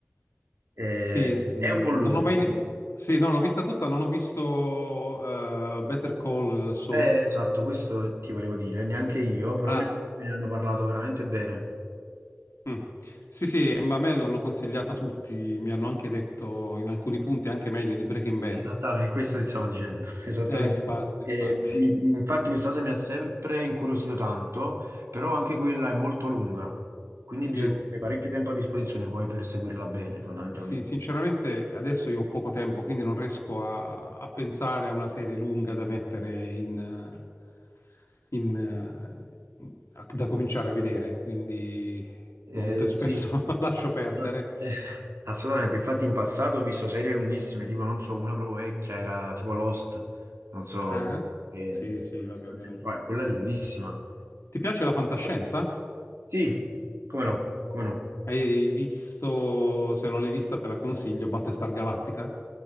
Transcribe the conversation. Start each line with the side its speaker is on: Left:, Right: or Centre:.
Right: Eh,
Left: Sì, mm,
Right: è un po' lunga.
Left: non ho mai... vi- Sì, no, l'ho vista tutta, non ho visto eh, Better Call Saul.
Right: Eh, esatto, questo ti volevo dire, neanche io, però
Left: Ah,
Right: me me ne hanno parlato veramente bene.
Left: Mm. Sì, sì, ma a me l'hanno consigliata tutti, mi hanno anche detto in alcuni punti anche meglio di Breaking Bad.
Right: Esattamente, questo ti stavo dicendo, <laughs> esattamente.
Left: Eh, infatti,
Right: E
Left: infatti.
Right: mi- infatti questa cosa mi ha sempre incuriosito tanto, però anche quella è molto lunga, quindi
Left: Sì,
Right: bisogna avere parecchio tempo a disposizione poi per seguirla bene, fondamentalmente.
Left: sì, sinceramente adesso io ho poco tempo, quindi non riesco a, a pensare a una serie lunga da mettere in, eh, in, eh, in- a- da cominciare a vedere, quindi
Right: Eh,
Left: molto spesso
Right: sì,
Left: <laughs> lascio perdere.
Right: <laughs> assolutamente, infatti in passato ho visto serie lunghissime, tipo non so, una proprio vecchia era tipo Lost, non so,
Left: Ah,
Right: eh,
Left: Sì, sì,
Right: tanti
Left: vabbè,
Right: tanti
Left: ovviamente.
Right: anni fa, quella è lunghissima.
Left: Ti piace la fantascienza?
Right: Sì, come no, come no.
Left: Hai visto, se non l'hai vista te la consiglio, Battlestar Galactica?